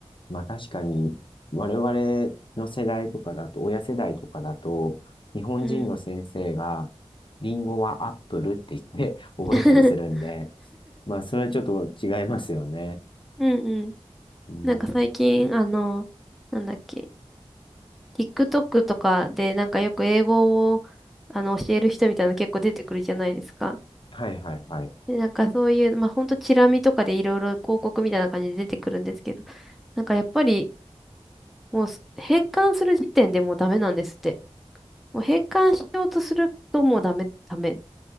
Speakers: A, on the left (about 50°); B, in the centre.
A: まあ確かに、我々の世代とかだと、親世代とかだと、日本人の先生が、
B: うん。
A: リンゴはアップルって言って <laughs> 覚えたりするんで、
B: <laughs>
A: まあそれはちょっと違いますよね。
B: うんうん。
A: うん。
B: なんか最近、あの、なんだっけ、TikTok とかでなんかよく英語をあの教える人みたいなの結構出てくるじゃないですか。
A: はいはいはい。
B: で、なんかそういう、まあほんとチラ見とかでいろいろ広告みたいな感じで出てくるんですけど、なんかやっぱりもうす変換する時点でもうダメなんですって。もう変換しようとするともうダメ、ダメ。